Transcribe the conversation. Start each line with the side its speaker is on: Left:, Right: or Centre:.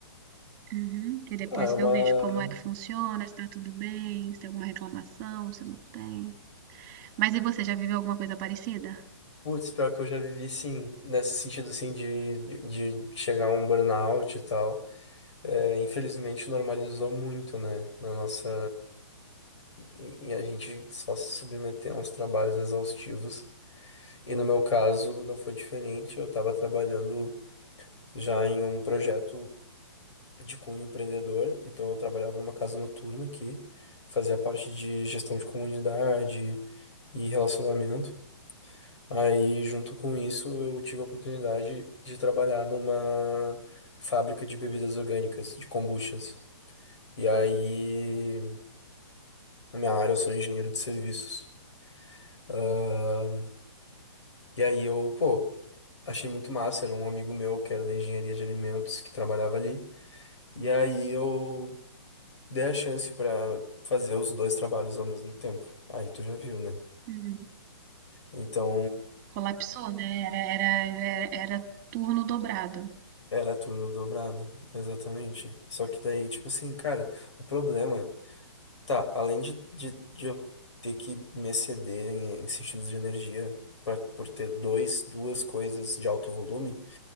Right: Uhum. E depois
Left: Ah, é uma.
Right: eu vejo como é que funciona, se tá tudo bem, se tem alguma reclamação, se não tem. Mas e você, já viveu alguma coisa parecida?
Left: Putz, pior que eu já vivi, sim, nesse sentido, assim, de, de, de chegar a um burnout e tal. É, infelizmente, normalizou muito, né, na nossa... E, e a gente só se submeter a uns trabalhos exaustivos. E no meu caso não foi diferente, eu estava trabalhando já em um projeto de cunho empreendedor, então eu trabalhava numa casa noturna que fazia parte de gestão de comunidade e relacionamento. Aí, junto com isso, eu tive a oportunidade de trabalhar numa fábrica de bebidas orgânicas, de kombuchas. E aí, na minha área, eu sou engenheiro de serviços. Ahn, e aí eu, pô, Achei muito massa, era um amigo meu que era da engenharia de alimentos que trabalhava ali. E aí eu dei a chance pra fazer os dois trabalhos ao mesmo tempo. Aí tu já viu, né?
Right: Uhum.
Left: Então
Right: Colapsou, né? Era, era, era, era turno dobrado.
Left: era turno dobrado, exatamente. Só que daí, tipo assim, cara, o problema, tá, além de, de, de eu ter que me exceder em, em sentidos de energia pra, por ter dois, duas coisas de alto volume,